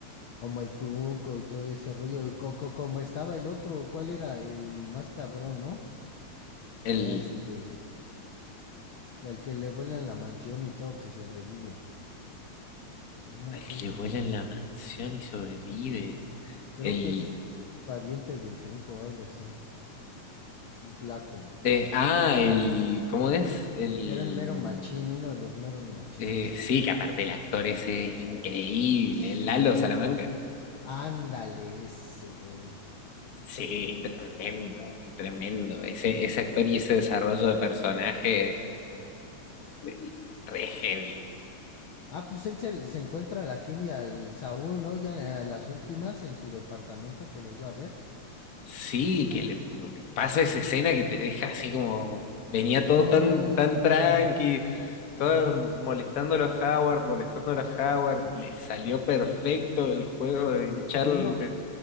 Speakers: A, on the left; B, on the left.
A: Como el Tunco y todo ese rollo, y co- co- como estaba el otro, ¿cuál era? El más cabrón, ¿no?
B: el,
A: Que era este... El que le vuela en la mansión y todo, que sobrevive. Ay, no
B: el
A: me acuerdo
B: que
A: su
B: le vuela
A: nombre.
B: en la mansión y sobrevive.
A: Creo
B: El,
A: que ese es pariente del Tunco o algo así. Un flaco.
B: eh, ah, el, ¿cómo es? El,
A: Que era el mero machín, uno de los meros machines.
B: eh, sí, que aparte el actor ese es increíble,
A: Sí.
B: el Lalo Salamanca.
A: Ándale, ese güey.
B: Sí, tremendo, tremendo. Ese, ese actor y ese desarrollo de personaje eh, re heavy.
A: Ah, pues él se, se encuentra a la Kim y al Saúl, ¿no? Ya a las últimas en su departamento que los va a ver.
B: Sí, que le que pasa esa escena que te deja así como. Venía
A: De
B: todo
A: no,
B: tan, tan
A: hombre.
B: tranqui,
A: Sí.
B: todo molestando a los Howard, molestando a los Howard. Le salió perfecto el juego de
A: Y,
B: hinchar,
A: y
B: de
A: uno